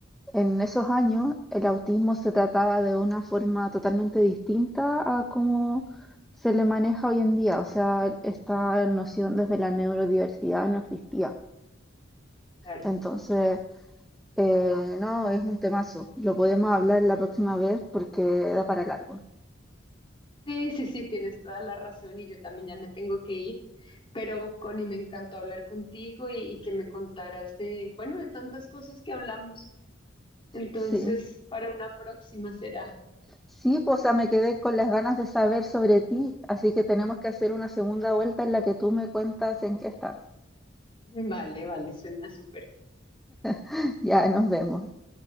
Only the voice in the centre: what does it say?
En esos años, el autismo se trataba de una forma totalmente distinta a cómo se le maneja hoy en día. O sea, esta noción desde la neurodiversidad no existía.
Entonces, eh, no, es un temazo. Lo podemos hablar la próxima vez porque da para largo.
Sí.
Sí, pues, o sea, me quedé con las ganas de saber sobre ti, así que tenemos que hacer una segunda vuelta en la que tú me cuentas en qué estás.
<laughs> Ya, nos vemos.